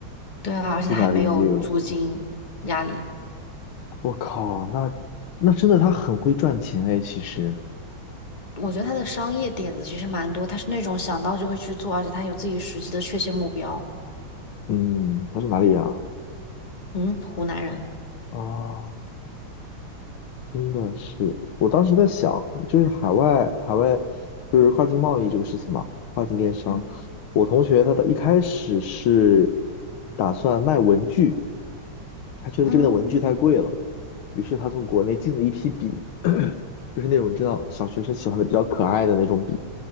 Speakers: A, on the left (about 20°); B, on the left (about 85°).
A: 对啊，而且他还没有租金压力。
B: 四百零六。我靠，那那真的他很会赚钱哎，其实，
A: 我觉得他的商业点子其实蛮多，他是那种想到就会去做，而且他有自己实际的确切目标。
B: 嗯，他是哪里人啊？
A: 嗯，湖南人，
B: 啊，真的是，我当时在想，就是海外海外就是跨境贸易这个事情嘛，跨境电商。
A: 嗯
B: 我同学他的一开始是打算卖文具，他觉得这边的文具太贵了，
A: 嗯
B: 于是他从国内进了一批笔，<coughs> <clears throat> 就是那种知道小学生喜欢的比较可爱的那种笔，